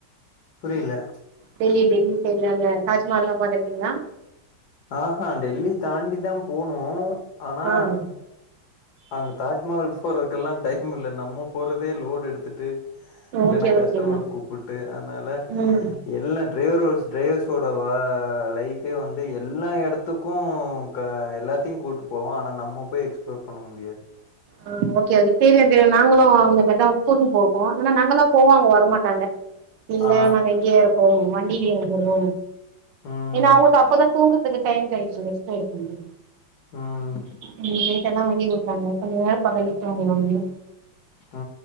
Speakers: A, on the left; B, on the right.
A: புரில
B: டெல்லி டெல்லி சைட்ல அந்த தாஜ்மஹால்லா பாத்துருக்கீங்க ளா
A: ஆஹா டெல்லி தாண்டி தா போனூ ஆனா
B: ஆ
A: அங்க தாஜ்மஹால் போறக்கெல்லா டைம் இல்ல நம்ம போறதே லோடு் எடுத்துட்டு இல்லன்னா
B: ஓகே
A: கஸ்டமரு
B: ஓகேங்க
A: கூப்புட்டு அதனால
B: ம்
A: எல்லா டிரைவரு டிரைவர்ஸோட வ லைஃபே வந்து எல்லா எடத்துக்கு க எல்லாத்தையு கூப்ட்டு போவோ ஆனா நம்ம போய் எக்ஸ்ப்ளோர் பண்ண முடியாது
B: ஆ ஓகே ஓகே தெரியு தெரியு நாங்களு அந்த மாரிதா கூட்ன்னு போவ போவோ ஆனா நாங்களா போவோ அவங்க வரமாட்டாங்க இல்ல
A: ஆ
B: நாங்க இங்கயே இருக்கோ வண்டியிலே இருந்துர்றோ
A: ம்
B: ஏன்னா அவுங்களுக்கு அப்ப தா தூங்கறத்துக்கு டைம் கெடைக்கு ரெஸ்ட் எடுக்கனு
A: ம்
B: ம் நைட்டு எல்லா வண்டி ஒட்றாங்க கொஞ்ச நேரோ பகல்ல தூங்குவாங்க
A: ஆ